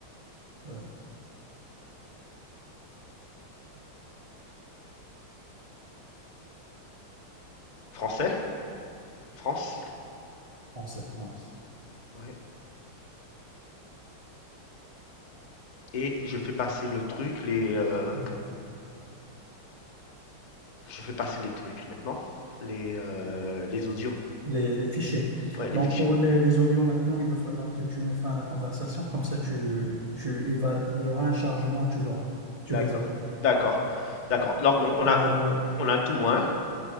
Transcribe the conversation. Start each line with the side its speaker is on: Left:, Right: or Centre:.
Right: Euh,
Left: Français, France.
Right: France et France.
Left: Ouais. Et je fais passer le truc, les. euh,
Right: Mm.
Left: je fais passer les trucs maintenant. Les, euh, les audios.
Right: Les, les fichiers.
Left: Ouais, les
Right: Donc,
Left: fichiers.
Right: pour les, les audios maintenant, il va falloir que tu mets fin à la conversation. Comme ça, tu, tu, il va, il y aura un chargement, tu l'auras. Tu
Left: D'accord.
Right: les auras.
Left: D'accord. D'accord. Donc, on on
Right: Euh,
Left: a, on, on a tout, hein?